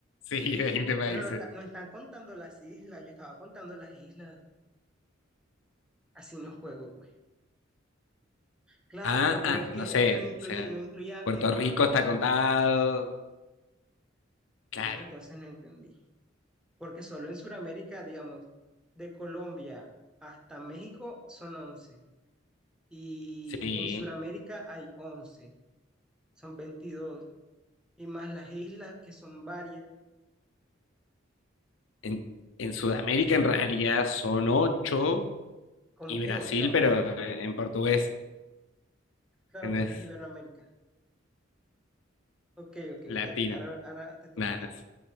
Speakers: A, on the left; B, in the centre.
A: Sí, <laughs> 20 países.
B: pero no, está- no están contando las islas, yo estaba contando las islas. Así no juego, güey. Claro,
A: Ah,
B: pero
A: ah,
B: es que
A: no sé,
B: es que no incluye,
A: o sea,
B: no incluye a
A: Puerto
B: Iberoamérica.
A: Rico está contado. Claro,
B: ¿eh? Entonces no entendí. porque solo en Sudamérica, digamos, de Colombia hasta México son 11 y
A: sí.
B: en Sudamérica hay 11, son 22 y más las islas que son varias,
A: En, en Sudamérica en realidad son 8
B: como
A: y
B: que
A: Brasil,
B: ocho,
A: pero en portugués,
B: claro,
A: que no
B: porque
A: es
B: es Iberoamérica. Ok, ok,
A: latina.
B: dale, ahora, ahora te toca,
A: Nada,
B: te toca.
A: no